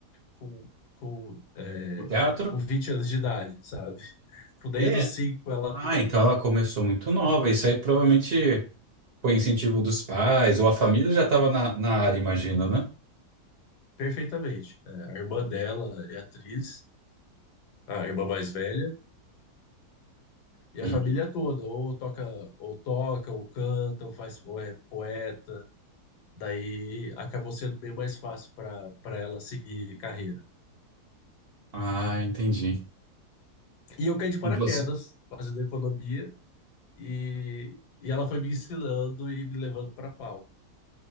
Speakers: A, on the left; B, on the right.
A: com, com, é,
B: O teatro?
A: com 20 anos de idade, sabe? Tipo, Desde
B: É.
A: os 5 ela
B: Ah,
A: atua
B: então ela começou muito nova. Isso aí provavelmente foi incentivo dos pais, ou a família já estava na, na área, imagina, né?
A: perfeitamente. É, a irmã dela é atriz, a irmã mais velha, E
B: Uhum.
A: a família toda, ou toca, ou toca, ou canta, ou faz, ou é poeta. Daí acabou sendo bem mais fácil para para ela seguir carreira.
B: Ah, entendi.
A: E eu caí de paraquedas,
B: E você?
A: fazendo economia, e, e ela foi me ensinando e me levando para palco.